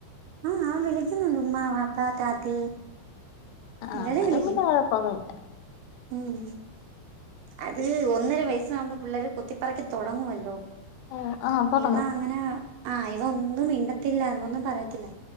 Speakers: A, on the right; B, on the left.
A: ആഹ് അവൻ വിളിക്കുന്നുണ്ട് ഉമ്മാ, വാപ്പ, താത്തി.
B: ആഹ്
A: എല്ലാരും
B: അനേരം
A: വിളിക്കും
B: പിന്നെ കുഴപ്പമൊന്നും മില്ല
A: ഉം അത് ഒന്നര വയസ്സാകുമ്പോ പിള്ളേര് കൊത്തിപ്പറക്കി തുടങ്ങുവല്ലോ
B: ഓ ആ തുടങ്ങും
A: ഇവ അങ്ങനെ ആഹ് ഇവ ഒന്നും മിണ്ടത്തില്ല ഇവന്നും പറയത്തില്ല